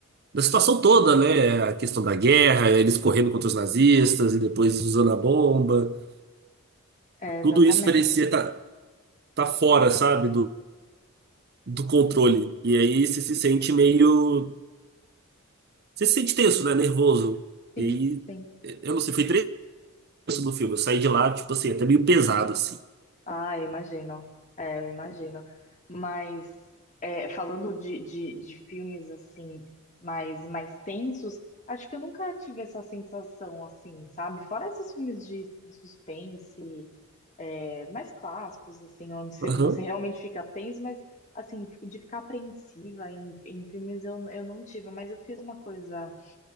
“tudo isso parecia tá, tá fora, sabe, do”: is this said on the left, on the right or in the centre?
Right